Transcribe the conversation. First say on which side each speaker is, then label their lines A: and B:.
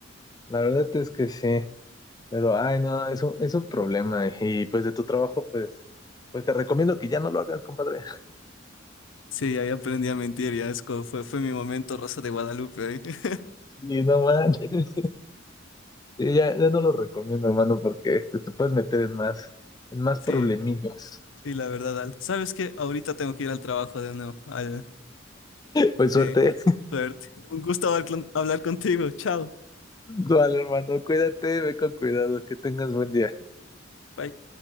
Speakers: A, on the left (about 20°); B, on the left (about 70°).
A: La verdad es que sí, pero, ay, no, es un, es un problema. Y pues de tu trabajo, pues, pues te recomiendo que ya no lo hagas, compadre.
B: Sí, ahí aprendí a mentir, ya es como fue, fue mi momento Rosa de Guadalupe ahí. <laughs>
A: Y no manches, y ya, ya no lo recomiendo, hermano, porque pues, te puedes meter en más, en más
B: Sí,
A: problemillas.
B: sí, la verdad, Al. ¿Sabes qué? Ahorita tengo que ir al trabajo de nuevo. al-
A: <laughs> Pues
B: Sí,
A: suerte.
B: suerte. Un gusto hablar con- hablar contigo. Chao.
A: Vale, hermano, cuídate, ve con cuidado, que tengas buen día.
B: Bye.